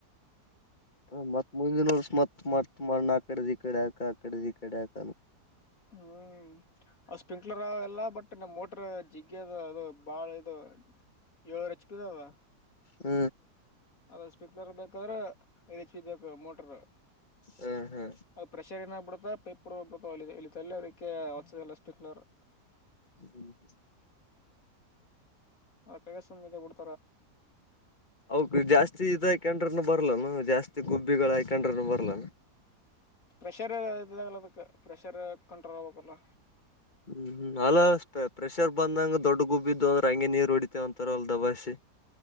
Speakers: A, on the left; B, on the left.
A: ಹ ಮತ್ ಮುಂದಿನ ವರ್ಷ ಮತ್ ಮತ್ ಮಾಡಣ ಆ ಕಡೆ ಈ ಕಡೆ ಆಾಕ ಆ ಕಡೆ ಈ ಕಡೆ ಆಾಕ
B: ಹ್ಮ್ ಸ್ಪ್ರಿಂಕ್ಲರ್ ಅವ ಎಲ್ಲ ಬಟ್ <inaudible> ಮೆ ನಮ್ಮ ಮೋಟ್ರ ಜಿಗ್ಗ ಅದ ಅದು ಬಾಳ ಇದು ಏಳರು ಹೆಚ ಪಿ ದ ಅದ
A: ಹ್ಮ
B: ಅದ ಸ್ಪೀಕರ್ ಬೇಕಾದ್ರೆ ಐದು ಹೆಚ್ ಬಿ ಬೇಕು ಮೋಟರ್
A: ಹ್ಮ್ ಹ್ಮ್
B: ಅದ ಪ್ರೆಷರ್ ಏನಾಗಬಿಡುತ್ತ ಪ ಒ ಒಬ್ಬ ಅದೆ ಇಲ್ಲಿ ತಲ್ಲ ಅದಕ್ಕೆ ಹೊಸದಲ್ಲ ಅಷ್ಟು ಬಿತ್ನರು
A: ಹ್ಮ ಹ್ಮ್
B: ಹ ಕಸಂದ ಮಡ್ತ
A: ಹೌದು ಜಾಸ್ತಿ ಇದಕಂಡ್ರನು ಬರ್ ಬರ್ಲನು ಜಾಸ್ತಿ ಗುಬ್ಬಿಗಳು ಹಯ್ಕೊಂಡ್ರನು ಬರ್ಲಾನ
B: ಪ್ರೆಷರ್ ಇದಾಗಲ್ಲ ಅದಕ್ಕೆ ಪ್ರೆಷರ್ ಕಂಟ್ರೋಲ್ ಆಗ್ಕಲ್ಲ
A: ಹ್ಮ್ ಅಲ್ಲ ಪ್ರೆಷರ್ ಬಂದಂಗ ದೊಡ್ಡ ಗುಬ್ ಬಿದ್ದು ಅಂದ್ರೆ ಹಂಗೆ ನೀರು ಹೊಡಿತೇವ ಅಂತಾರ ಅಲ್ ದಬಾಸಿ